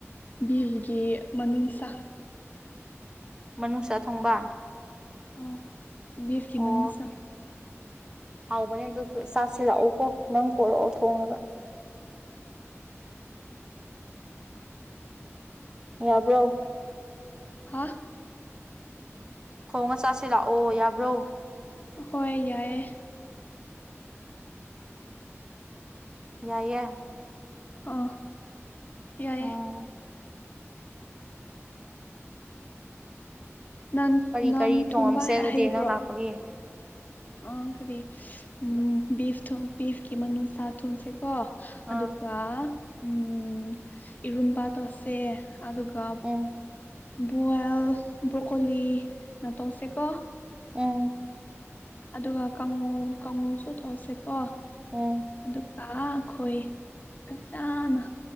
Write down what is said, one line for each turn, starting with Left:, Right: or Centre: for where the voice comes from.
Left: ꯕꯤꯐꯒꯤ ꯃꯅꯨꯡꯁꯥ
Right: ꯃꯅꯨꯡꯁꯥ ꯊꯣꯡꯕ
Left: ꯑꯣ ꯕꯤꯐꯀꯤ
Right: ꯑꯣ
Left: ꯃꯅꯨꯡꯁꯥ
Right: ꯍꯥꯎꯕꯅꯦ ꯑꯗꯨꯁꯨ ꯆꯥꯁꯤ ꯂꯥꯛꯎꯀꯣ ꯅꯪ ꯄꯣꯔꯛꯑꯣ ꯊꯣꯡꯉꯒ
Left: ꯍꯣꯏ
Right: ꯌꯥꯕ꯭ꯔꯣ
Left: ꯍꯥꯥ
Right: ꯊꯣꯡꯉ ꯆꯥꯁ‌ꯦ ꯂꯥꯛꯑꯣ ꯌꯥꯕ꯭ꯔꯣ
Left: ꯍꯣꯏ ꯌꯥꯏꯌꯦ
Right: ꯌꯥꯏꯌꯦ
Left: ꯑꯥ ꯌꯥꯏꯌꯦ
Right: ꯎꯝ
Left: ꯅꯟ
Right: ꯀꯔꯤ
Left: ꯅꯟ
Right: ꯀꯔꯤ ꯊꯣꯡꯉꯝꯁꯦ
Left: ꯊꯨꯝꯕ
Right: ꯑꯗꯨꯗꯤ
Left: ꯍꯩꯕ꯭ꯔꯣ
Right: ꯅꯪ ꯂꯥꯛꯄꯒꯤ
Left: ꯑ ꯀꯔꯤ ꯎꯝ ꯕꯤꯐ ꯇꯣ ꯕꯤꯐꯀꯤ ꯃꯅꯨꯡꯁꯥ ꯊꯣꯡꯁꯦ ꯀꯣ ꯑꯗꯨꯒ
Right: ꯑꯥ
Left: ꯎꯝ ꯏꯔꯨꯝꯕ ꯇꯧꯁꯦ ꯑꯗꯨꯒ
Right: ꯎꯝ
Left: ꯕꯨ꯭ꯋꯦꯜ ꯕ꯭ꯔꯣꯀꯣꯂꯤꯅ ꯇꯧꯁꯦꯀꯣ
Right: ꯎꯝ
Left: ꯑꯗꯨꯒ ꯀꯥꯡꯉꯧ ꯀꯥꯡꯉꯥꯎꯁꯨ ꯊꯧꯁꯦꯀꯣ
Right: ꯎꯝ
Left: ꯑꯗꯨꯒ ꯑꯈꯣꯏ ꯐꯖꯅ